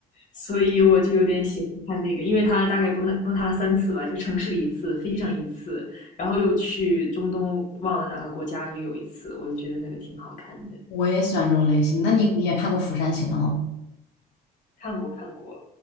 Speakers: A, on the left; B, on the left.
A: 所以我就有点喜欢看那个，因为他大概崩了崩塌了三次吧，就城市里一次，飞机上一次，然后又去中东忘了哪个国家也有一次，我觉得那个挺好看的，
B: 我也喜欢这种类型。那你你也看过《釜山行》喽，
A: 看过看过，